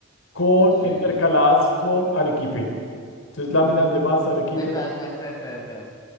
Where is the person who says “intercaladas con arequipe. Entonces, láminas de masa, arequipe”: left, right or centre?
Left